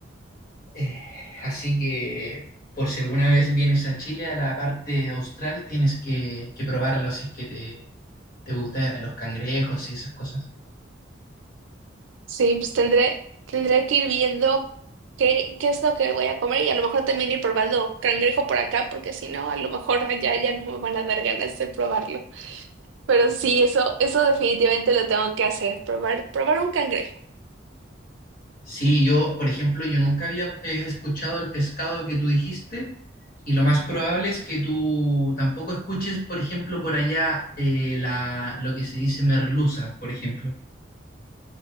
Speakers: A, on the left; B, on the right.
A: Eh, así que por si alguna vez vienes a Chile, a la parte austral, tienes que, que probarlo si es que te, te gustan los cangrejos y esas cosas.
B: Sí, pues tendré, tendré que ir viendo qué, qué es lo que voy a comer y a lo mejor también ir probando cangrejo por acá, porque si no, a lo mejor allá ya no me van a dar ganas de probarlo. Pero sí, eso, eso definitivamente lo tengo que hacer, probar, probar un cangrejo.
A: Sí, yo, por ejemplo, yo nunca había eh, escuchado el pescado que tú dijiste y lo más probable es que tú tampoco escuches, por ejemplo, por allá eh, la, lo que se dice merluza, por ejemplo.